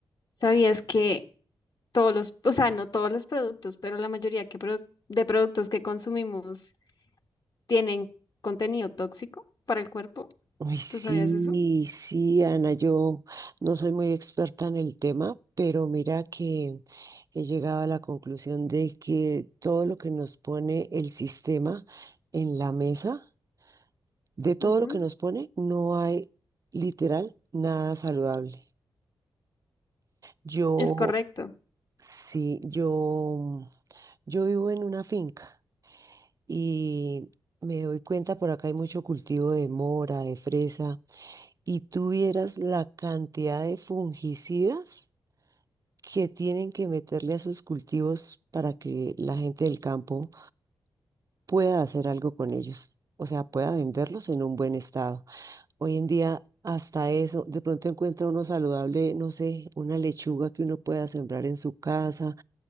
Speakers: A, on the left (about 45°); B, on the right (about 40°).
A: ¿Sabías que todos los, o sea, no todos los productos, pero la mayoría que produ- de productos que consumimos tienen contenido tóxico para el cuerpo?
B: Uy, sí,
A: ¿Tú sabías eso?
B: sí, Ana, yo no soy muy experta en el tema, pero mira que he llegado a la conclusión de que todo lo que nos pone el sistema en la mesa, de todo
A: Ujú.
B: lo que nos pone, no hay literal nada saludable. Yo,
A: Es correcto.
B: sí, yo, yo vivo en una finca y me doy cuenta, por acá hay mucho cultivo de mora, de fresa. y tú vieras la cantidad de fungicidas que tienen que meterle a sus cultivos para que la gente del campo pueda hacer algo con ellos, o sea, pueda venderlos en un buen estado. Hoy en día, hasta eso, de pronto encuentra uno saludable, no sé, una lechuga que uno pueda sembrar en su casa